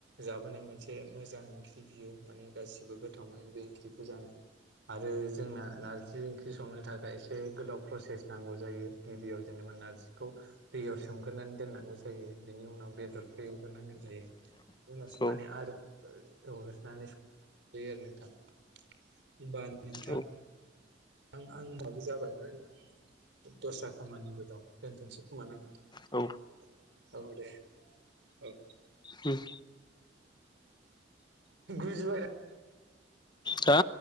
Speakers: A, on the right (about 80°); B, on the left (about 25°).
A: जाबोनाय मोनसे मोजां ओंख्रि बियो माने गासिबो गोथाव मोनो बे ओंख्रिखौ जानो <inaudible> <inaudible> आरो जोंना नारजि ओंख्रि संनो थाखाय एसे गोदाव प्रसेस नांगौ जायो गिबियाव जेनेबा नारजिखौ दैयाव सोमग्रोनानै दोननांगौ ज जायो बिनि उनाव बेदरखौ एवग्रोनांगौ जायो उनावसो
B: औ
A: माने आरो हरनानै बे आरो नोंथाङा होनबा नोंथाङा
B: औ
A: नोंथां सम‌आबो जाबायमोन आं दस्रा खामानिबो दं दोनथ'सै खोमा ना नोंथां
B: औ
A: औ दे औ
B: उम
A: गुजुबाय
B: हो